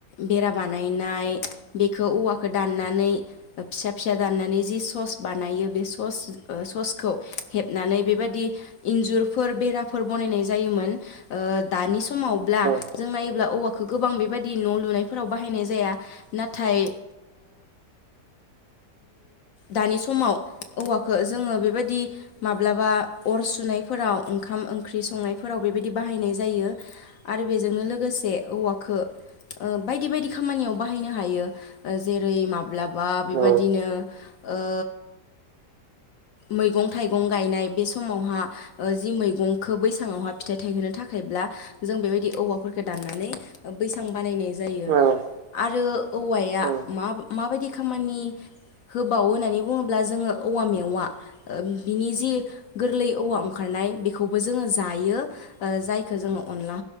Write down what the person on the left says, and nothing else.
बेरा बानायनाय बेखौ औवाखौ दाननानै फिसा फिसा दाननानै जि सस बानायो बे सस ससखौ हेबनानै बेबायदि इन्जुरफोर बेराफोर बनायनाय जायोन ओ दानि सम समावब्ला
जों नायोब्ला औवाखौ गोबां बेबायदि न' लुनायफोराव बाहायनाय जाया नाथाय दानि समाव औवाखौ ओ जोङो बेबादि माब्लाबा अर सुनायफोराव ओंखाम ओंख्रि संनायफोराव बेबायदि बाहायनाय जायो। आरो बेजोंनो लोगोसे औवाखो ओ बायदि बायदि खामानियाव बाहायनो हायो ओ जेरै माब्लाबा बेबादिनो
ओ मैगं थाइगं गायनाय बे समावहा ओ जि मैगंखो बैसाङावहा फिथाइ थायहोनो थाखायब्ला हा जों बेबायदि औवाफोरखो दनानै बैसां बानायनाय जायो
आरो औवाया
मा माबायदि खामानि होबावो होननानै बुङोब्ला जोङो औवा मेवा ओ बिनि जि गोरलै औवा अंखारनाय बेखौबो जोङो जायो ओ जायखो जोङो अनला